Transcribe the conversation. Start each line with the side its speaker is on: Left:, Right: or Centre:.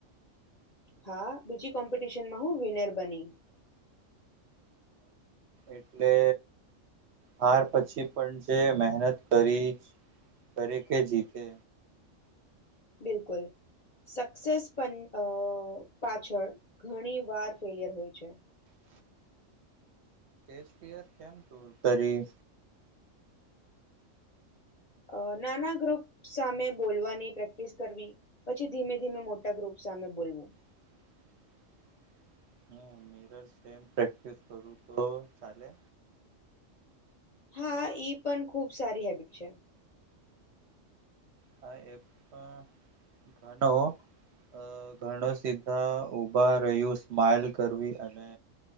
Left: હા, બીજી કોમ્પિટિશનમાં હું વિનર બની
Right: એટલે હાર પછી પણ જે મહેનત કરી દરે કે જીતે
Left: બિલકુલ સક્સેસ પણ અહહ પાછળ ઘણી વાર ફેલિયર હોય છે.
Right: <inaudible> કેમ દૂર કરી
Left: અ નાના ગ્રુપ સામે બોલવાની પ્રેક્ટિસ કરવી. પછી ધીમે ધીમે મોટા ગ્રુપ સામે બોલવું
Right: <inaudible> <inaudible> પ્રેક્ટિસ કરું તો ચાલે
Left: હા ઈ પણ ખુબ સારી હેબિટ છે.
Right: હા એ પણ ઘણો અહહ ઘણો સીધા ઉભા રહ્યું સ્માઈલ કરવી અને